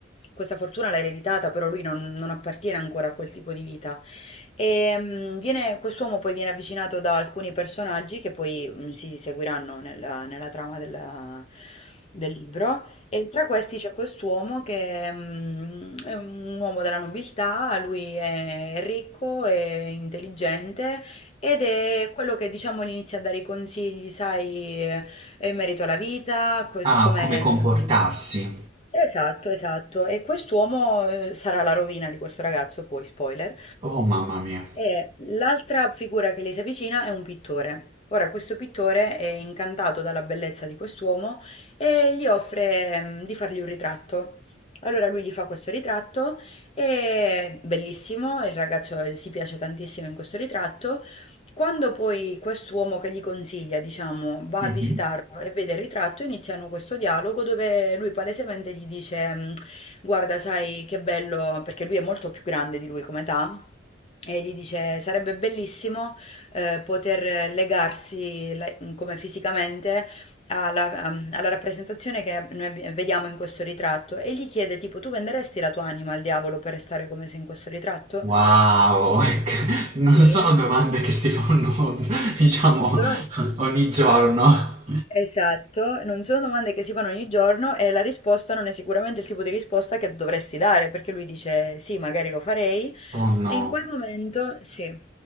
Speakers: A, on the left; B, on the right.
A: questa fortuna l'ha ereditata, però lui non, non appartiene ancora a quel tipo di vita. E mh, viene- quest'uomo poi viene avvicinato da alcuni personaggi che poi mh, si seguiranno nella, nella trama della- del libro. E tra questi c'è quest'uomo che mh, è un uomo della nobiltà, lui è ricco, è intelligente ed è quello che diciamo gli inizia a dare i consigli, sai, eh, in merito alla vita, così
B: Ah,
A: come...
B: come comportarsi.
A: mm, Esatto, esatto. E quest'uomo eh, sarà la rovina di questo ragazzo, poi spoiler.
B: Oh, mamma mia.
A: E l'altra figura che gli si avvicina è un pittore. Ora, questo pittore è incantato dalla bellezza di quest'uomo e gli offre, mm, di fargli un ritratto. Allora lui gli fa questo ritratto, è bellissimo, il ragazzo eh, si piace tantissimo in questo ritratto quando poi quest'uomo che gli consiglia, diciamo, va
B: Mhm.
A: a visitarlo e vede il ritratto, iniziano questo dialogo dove lui palesemente gli dice, mh, guarda, sai che bello, perché lui è molto più grande di lui come età, e gli dice, sarebbe bellissimo eh, poter legarsi la- mm, come fisicamente alla, mm, alla rappresentazione che noi abbi- vediamo in questo ritratto. E gli chiede, tipo, tu venderesti la tua anima al diavolo per restare come sei in questo ritratto?
B: Wow! <laughs> Ec non
A: Sì.
B: sono domande che si fanno, <laughs> diciamo,
A: Non solo...
B: ogni giorno.
A: Esatto, non sono domande che si fanno ogni giorno e la risposta non è sicuramente il tipo di risposta che dovresti dare, perché lui dice sì, magari lo farei
B: Oh no.
A: e in quel momento, sì,